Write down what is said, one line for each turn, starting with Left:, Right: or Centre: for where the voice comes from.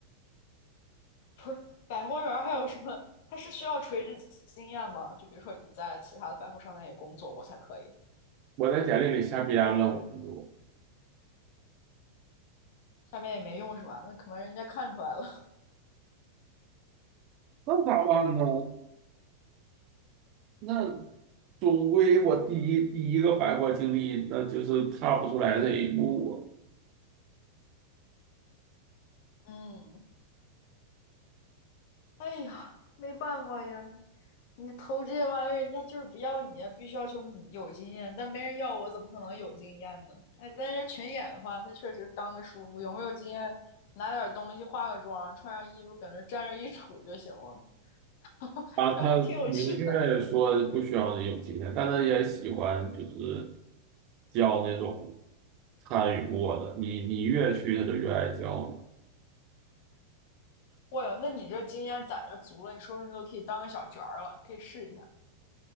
Left: 不是百货员还有什么？它是需要垂直经验吗？就比如说你在其他的百货商店也工作过才可以，
Right: 我在简历里瞎编了，我就
Left: 下面也没用是吧？那可能人家看出来了。
Right: 那咋办呢？那那总归我第一第一个百货经历，那就是踏不出来这一步
Left: <laughs> 嗯，哎呀，没办法呀，你投这些玩意儿，人家就是不要你啊，必须要求你有经验，但没人要我，怎么可能有经验呢？哎，但是群演的话，那确实当的舒服，有没有经验，拿点东西，化个妆，穿上衣服，搁那站着一杵就行了，<laughs>
Right: 啊。啊他明确说不需要人有经验，
Left: 挺有趣的。
Right: 但他也喜欢就是教那种参与过的，你你越去他就越爱教你，
Left: 哇哟，那你这经验攒着足了，你说不定都可以当个小角儿了，可以试一下，